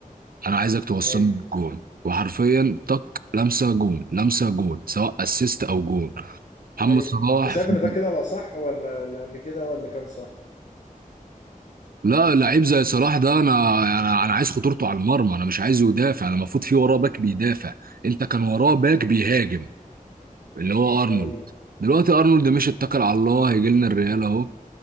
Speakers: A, on the right; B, on the left.
A: انا عايزك توصلني
B: أيوه
A: الجون وحرفيا طق لمسه جون لمسه جون سواء اسيست او جون محمد
B: أيوه
A: صلاح
B: أنت شايف
A: في...
B: إن ده كده الأصح ولا اللي قبل كده ولا اللي كان صح؟
A: لا لعيب زي صلاح ده انا انا انا عايز خطورته على المرمى انا مش عايزه يدافع انا المفروض في وراه باك بيدافع انت كان وراه باك بيهاجم اللي هو ارنولد
B: أيوه
A: دلوقتي ارنولد مش اتكل على الله هيجي لنا الريال اهو